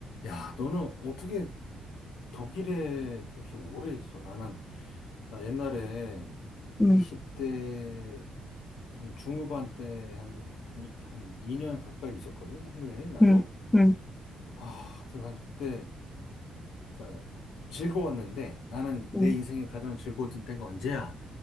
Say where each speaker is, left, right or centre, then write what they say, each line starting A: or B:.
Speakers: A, on the left (about 85°); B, on the left (about 15°).
A: 야, 너는 어떻게 독일에 그렇게 오래 있어? 나는, 나 옛날에
B: 음,
A: 20대 한 중후반 때 한, 한, 한 2년 가까이 있었거든, 해외에, 나도.
B: 음, 음,
A: 아, 그래서 난 그때, 그러니까 즐거웠는데, 나는 내
B: 음,
A: 인생에 가장 즐거웠던 때가 언제야?